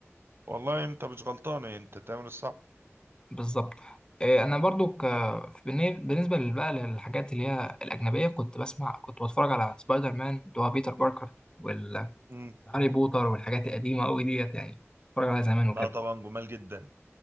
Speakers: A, on the right (about 50°); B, on the left (about 20°).
A: والله انت مش غلطان انت تعمل الصح
B: بالظبط إيه، انا برضو ك... بالن- بالنسبه لل- بقى للحاجات اللي هي الاجنبيه كنت بسمع كنت بتفرج على سبايدر مان اللي هو بيتر باركر والهاري
A: مم.
B: بوتر والحاجات القديمه قوي ديت يعني بتفرج عليها زمان وكده
A: لا طبعا جمال جدا